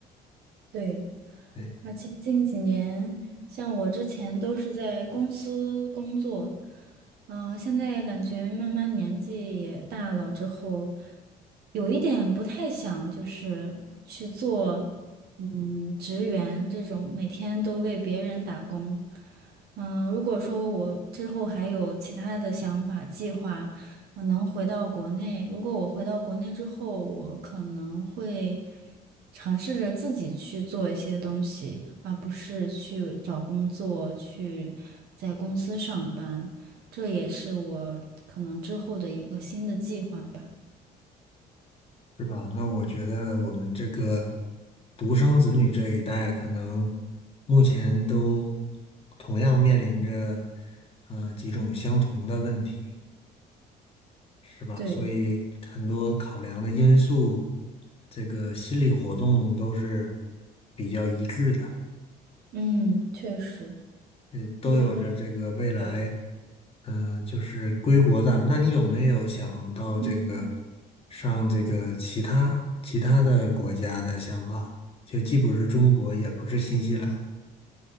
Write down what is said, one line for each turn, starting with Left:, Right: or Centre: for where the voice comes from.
Right: 对，
Left: 对，
Right: 而且近几年，像我之前都是在公司工作，嗯、现在感觉慢慢年纪也大了之后，有一点不太想就是去做，嗯，职员这种每天都为别人打工。嗯、如果说我之后还有其他的想法计划，可能回到国内，如果我回到国内之后，我可能会尝试着自己去做一些东西，而不是去找工作，去在公司上班。这也是我可能之后的一个新的计划吧。
Left: 是吧？那我觉得我们这个独生子女这一代，可能目前都同样面临着呃几种相同的问题。是吧？
Right: 对，
Left: 所以很多考量的因素，这个心理活动都是比较一致的，
Right: 嗯，确实，
Left: 呃，都有着这个未来，
Right: 因为对，
Left: 嗯、就是归国的。那你有没有想到这个
Right: 嗯。
Left: 上这个其他其他的国家的想法？就既不是中国，也不是新西兰。